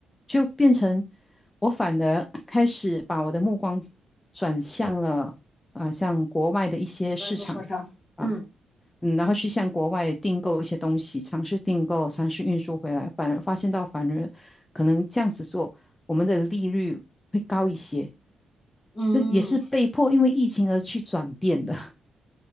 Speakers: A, on the left; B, on the left.
A: 就变成我反而 <coughs> 开始把我的目光转向了啊、像国外的一些市场。
B: 百万供货商，
A: 啊。
B: 嗯。
A: 嗯，然后去向国外订购一些东西，尝试订购，尝试运输回来，反而发现到反而可能这样子做，我们的利率会高一些。
B: 嗯，
A: 这也是被迫因为疫情而去转变的。<laughs>